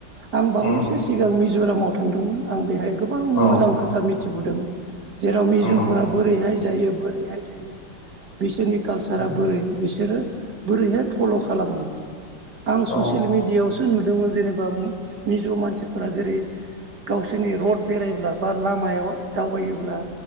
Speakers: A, on the right (about 55°); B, on the left (about 75°).
A: आं बावैसो
B: उम
A: सिगां मिज'रामाव थांदोंमोन आं बेहाय गोबां
B: औ
A: मोजां खोथा मिथिबोदों जेराव मिजुफोरा
B: नंगौ
A: बोरैहाय जायो बोरैहाय थायो बिसोरनि कालसारा
B: उम
A: बोरै बिसोरो बोरैहाय फल' खालामो आं
B: औ
A: ससियेल मिडियाआवसो नुदोंमोन जेनेबा मिजौ मानसिफोरा जेरै गावसोरनि रड बेरायब्ला बा लामायाव दावबायोब्ला